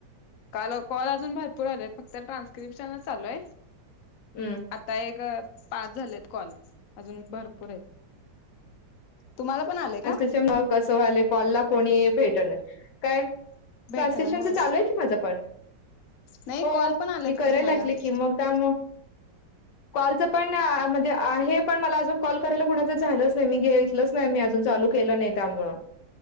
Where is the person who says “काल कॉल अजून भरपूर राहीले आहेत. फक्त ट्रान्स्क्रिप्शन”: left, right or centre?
Left